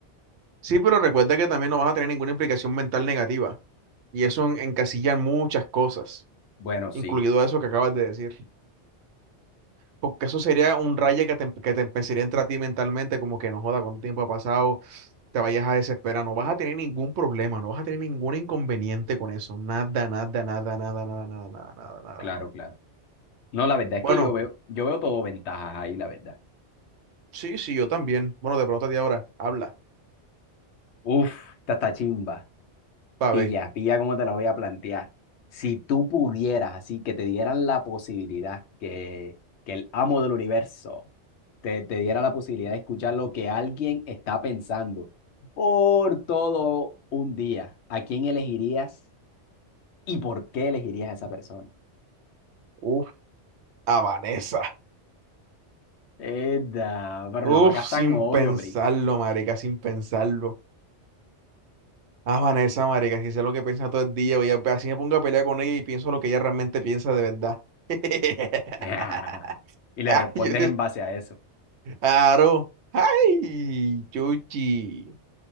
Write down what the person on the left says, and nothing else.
Bueno,
sí,
claro, claro. No, la verdad es
que yo veo, yo veo todo ventajas ahí, la verdad.
Uf, esta está chimba.
Pilla,
pilla cómo te lo voy a plantear. Si tú pudieras, así que te dieran la posibilidad que, que el amo del universo te, te diera la posibilidad de escuchar lo que alguien está pensando por todo un día, ¿a quién elegirías y por qué elegirías a esa persona?
Edda, pero no
lo hagas
tan obvio,
Pri.
<laughs> Y le
respondes
en base a eso.